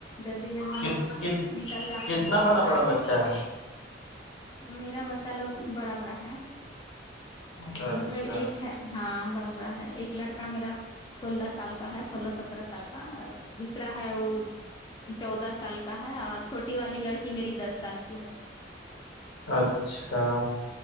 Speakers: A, on the left; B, on the left.
A: جلدی جلدی
B: کت
A: میں
B: کت
A: نکل جاتے
B: کتنا
A: ہیں
B: بڑا
A: ساڑھے
B: بڑا بچہ
A: میرا بچہ لوگ بڑا بڑا ہے
B: ہے اچھا
A: مطلب ایک ہے ہاں بڑا بڑا ہے ایک لڑکا میرا سولہ سال کا ہے سولہ سترہ سال کا اور دوسرا ہے وہ چودہ سال کا ہے اور چھوٹی والی لڑکی میری دس سال کی ہے
B: اچھا